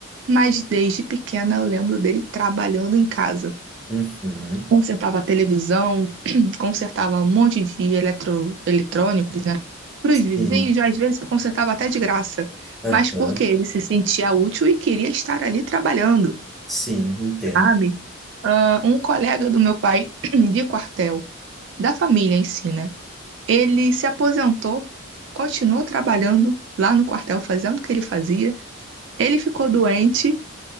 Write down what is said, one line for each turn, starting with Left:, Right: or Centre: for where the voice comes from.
Right: mas desde pequena eu lembro dele trabalhando em casa.
Centre: uhum.
Right: Consertava a televisão, <clears throat> consertava um monte de eletro, eletrônicos, né? Para
Centre: Sim,
Right: os vizinhos, às vezes consertava até de graça,
Centre: aham,
Right: mas porque ele se sentia útil e queria estar ali trabalhando,
Centre: Sim, entendo.
Right: sabe? Ah, um colega do meu pai <clears throat> de quartel, da família em si, né? Ele se aposentou, continuou trabalhando lá no quartel, fazendo o que ele fazia Ele ficou doente